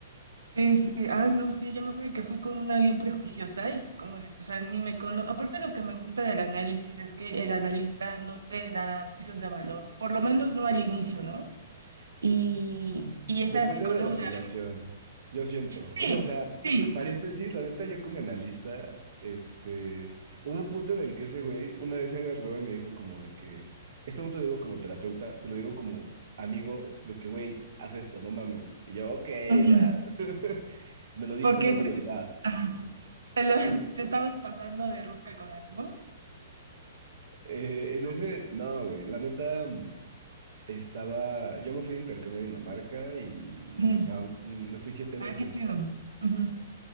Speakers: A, on the right (about 85°); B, on the right (about 60°).
A: Sí, sí, ay, no, sí, yo me acuerdo que fui con una bien prejuiciosa y fue como de, o sea, ni me cono... Aparte lo que me gusta del análisis es que el analista no te da juicios de valor, por lo menos no al inicio, ¿no? Y, y esa
B: Depende
A: psicóloga,
B: de la relación, yo siento.
A: sí,
B: Bueno, o sea,
A: sí,
B: paréntesis, la neta, yo con mi analista, este, hubo un punto en el que ese güey una vez se agarró y me dijo como de que, esto no te lo digo como terapeuta, te lo digo como amigo, de que, güey, haz esto, no mames. Y yo, ok,
A: ujú,
B: ya. <laughs> Me lo dijo
A: porque
B: una autoridad.
A: te, ajá, te, lo- <laughs> te estabas pasando de rosca con algo.
B: Eh, en ese, no, güey, la neta mm, estaba, yo me fui de intercambio a Dinamarca y,
A: Ujú,
B: o sea, mm, me fui siete meses.
A: Ay, qué chido. ujú.